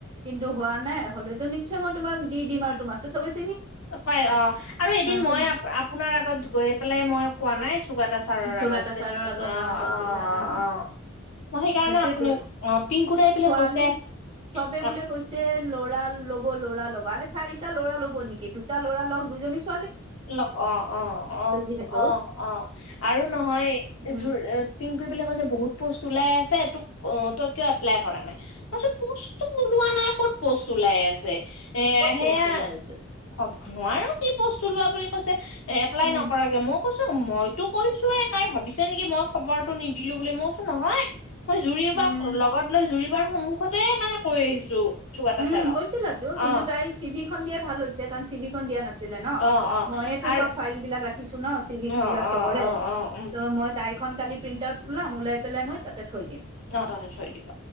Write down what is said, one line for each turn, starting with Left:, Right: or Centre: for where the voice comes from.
Right: কিন্তু হোৱা নাই। হলেতো নিশ্চয় মই তোমাক দি দিম তোমাকটো চবেই চিনি
Left: পাই অ আৰু এদিন
Right: তুম
Left: মই আপোনাৰ আগত গৈ পেলাই মই কোৱা নাই চুকা দা চাৰৰ
Right: যোগাটা
Left: আগত যে
Right: ছাৰৰ
Left: <unintelligible>
Right: আগত অ কৈছিলা অ
Left: মই সেইকাৰণে
Right: সেইটোয়েতো
Left: আপুনি অ পিংকু দাই আহি পেলাই
Right: ছোৱালী
Left: কৈছে।
Right: চবে বোলে
Left: অ',
Right: কৈছে লৰা ল'ৰা ল'ব আৰে চাৰিটা ল'ৰা ল'ব নেকি? দুটা ল'ৰা লওক দুজনী ছো
Left: অ অ অ
Right: যিহেতু
Left: অ অ আৰু নহয়
Right: উম
Left: যোৰ পিঙকোৱে কৈছে বোলে বহুত পোষ্ট ওলায় ওলাই আছে তোক তই কিয় এপ্লাই কৰা নাই? মই কৈছোঁ পোষ্টটো ওলোৱা নাই কত পোষ্ট ওলাই আছে? এ
Right: ক'ত প'ষ্ট
Left: সেয়া
Right: ওলাই আছে
Left: ক'ব নোৱাৰো কি পোষ্ট ওলোৱা বুলি কৈছে। এ এপ্লাই
Right: উম,
Left: নকৰাকে মোক কৈছো মইটো কৈছোয়ে তাই ভাবিছে নেকি, মই খবৰটো নিদিলো বুলি মই কৈছো নহয়। মই জুৰি
Right: উম,
Left: বা লগত লৈ জুৰি বাৰ সন্মুখতে মানে কৰি আহিছো। চুকাটা
Right: উম
Left: ছাৰক
Right: কৈছিলা তো কিন্তু
Left: অ
Right: তাই চিভি খন দিয়াই ভাল হৈছে কাৰণ চিভিখন দিয়া নাছিলে ন
Left: অ অ
Right: মইয়ে তো
Left: আৰু
Right: চব ফাইল বিলাক ৰা খিছো ন চিভি
Left: অ
Right: বিলাক
Left: অ
Right: চবৰে,
Left: অ অ উম
Right: ত' মই তাইখন কালি প্ৰিন্ট আউট ওলাম ওলাই পেলাই মই তাতে থৈ দিম।
Left: অ তাতে থৈ দিব।